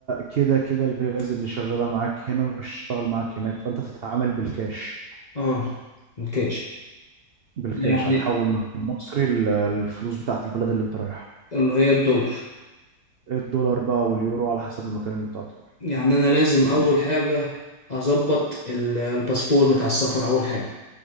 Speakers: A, on the right (about 75°); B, on the left (about 40°).
A: كده كده الفيز اللي شغاله معاك هنا مش هتشتغل معاك هناك فانت تتعامل بالكاش
B: اه الكاش
A: بالكاش
B: يعني
A: هتحول من المصري ل- للفلوس بتاعت البلد اللي انت رايحها
B: اللي هي الدولار
A: الدولار بقى واليورو على حسب المكان اللي انت هتروح
B: يعني انا لازم اول حاجه اظبط ال- الباسبور بتاع السفر اول حاجه